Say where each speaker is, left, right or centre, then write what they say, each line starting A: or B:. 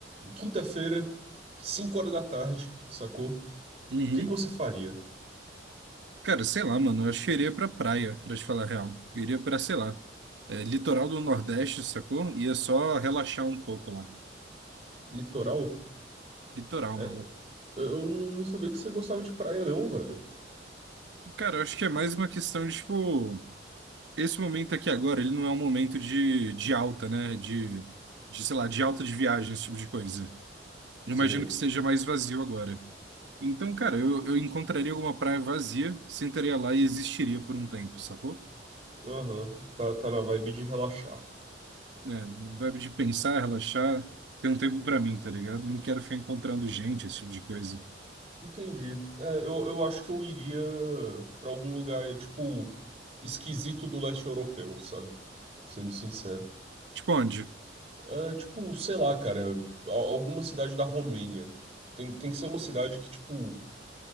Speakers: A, on the right; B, on the right.
A: Quinta-feira, 5 horas da tarde, sacou?
B: Uhum.
A: O que que você faria?
B: Cara, sei lá, mano, eu acho que eu iria pra praia, pra te falar a real. Eu iria pra, sei lá, é, litoral do Nordeste, sacou? Ia só relaxar um pouco lá.
A: Litoral?
B: Litoral,
A: É,
B: mano.
A: eu não sabia que você gostava de praia, não, velho.
B: Cara, eu acho que é mais uma questão de, tipo, esse momento aqui agora, ele não é um momento de, de alta, né? De, de, sei lá, de alta de viagem, esse tipo de coisa. Eu
A: Sei.
B: imagino que seja mais vazio agora. Então, cara, eu, eu encontraria alguma praia vazia, sentaria lá e existiria por um tempo, sacou?
A: Aham, Tá, tá na vibe de relaxar.
B: É, vibe de pensar, relaxar, ter um tempo pra mim, tá ligado? Não quero ficar encontrando gente, esse tipo de coisa.
A: Entendi. É, eu, eu acho que eu iria pra algum lugar, tipo, esquisito do leste europeu, sabe? Sendo sincero.
B: Tipo onde?
A: É, tipo, sei lá, cara, a- alguma cidade da Romênia. Tem, tem que ser uma cidade que, tipo,